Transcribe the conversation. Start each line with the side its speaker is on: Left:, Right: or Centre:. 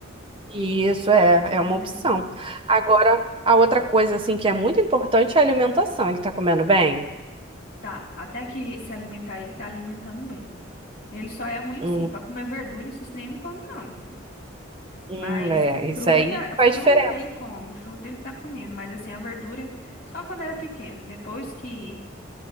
Right: Isso é,
Left: A menina
Right: é uma opção.
Left: aí.
Right: Agora, a outra coisa assim que é muito importante é a alimentação. Ele tá comendo bem?
Left: Tá, até que se alimentar, ele tá alimentando bem. Ele só é ruim
Right: Hum,
Left: assim, pra comer verdura, esses trem não come não, menina.
Right: hum,
Left: Mas
Right: é, isso
Left: fruta,
Right: aí
Left: fruta
Right: faz diferença
Left: ele come, fruta ele tá comendo, mas assim, a verdura só quando era pequeno. Depois que